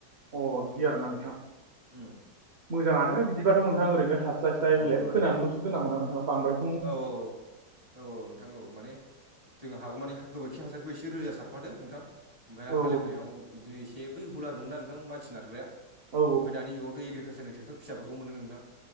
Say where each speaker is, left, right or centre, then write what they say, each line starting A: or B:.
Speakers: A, on the right (about 40°); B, on the right (about 20°).
A: अह बिदि आरोना
B: उम
A: नोंथां।
B: उम
A: मोजाङानो बिदिबाथ' नोंथां ओरैनो थास्लायस्लाय
B: औ
A: बिलाय
B: औ
A: फोनानैल'सो दोननांगौ ना नोंथां बांद्राय
B: औ औ औ। औ-औ नोंथां औ माने जोंहा हागौमानि गोबोरखि हासारखौ एसे रोजा सारफादो नोंथां। ओमफ्राय
A: औ
B: हालेवनायाव बिदिनो एसे बै हुलारमोनना नोंथां मानसि नारग्राया ओमफ्राय
A: औ
B: दानि जुगावथ' एग्रिकालसारनि ट्रेक्टर फिसाफोरखौ मोनो नोंथां